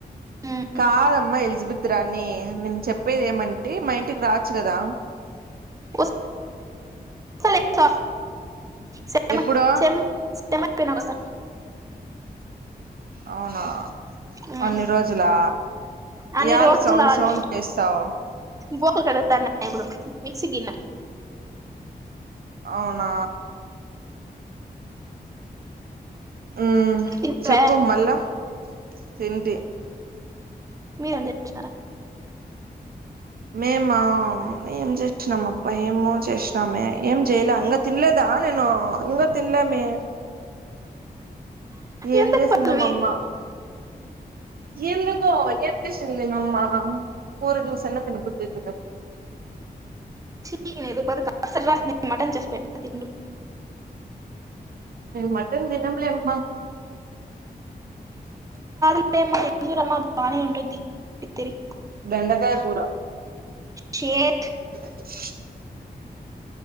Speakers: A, on the right; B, on the right.
A: మ్మ్,
B: కాదమ్మా ఎలిజబిత్ రాని నేను చెప్పేది ఏమంటే మా ఇంటికి రాచ్చు కదా.
A: వ లే <unintelligible> సేన
B: ఎప్పుడో
A: సేమ్ ఏమై పోనావు అసలు
B: అవునా
A: మ్మ్,
B: అన్ని రోజులా
A: అన్ని
B: ఏళ
A: రోజులు
B: సౌండ్ సౌండ్ చేస్తావు. <unintelligible>
A: బోకులు కడుగుతాన్నే ఇప్పుడు మిక్సిగిన్నె
B: అవునా ఉ
A: తింటారా
B: చెప్పు మళ్ళా తింటి
A: మీ ఎంతా చేన్నారా
B: మేము ఏం చేసినాం అప్ప ఏమో చేసినామే ఏం చేయలే. ఇ తినలేదా నేను ఇంకా తినలేమి ఏం
A: ఎందుకు
B: చేసింద
A: పల్లవి
B: మా అమ్మ. ఎందుకో ఏ చేసింది మ అమ్మా కూర జూసిన్నా తినబుత్తియితలే
A: చీ ఏ కస రాత్ మటన్ చేస్ అ <unintelligible>
B: మటన్ తినంలే అమ్మా
A: అజరమ్మ బాగానే ఉంటుంది పతిరి
B: బెండకాయకూర
A: షెట్
B: <unintelligible>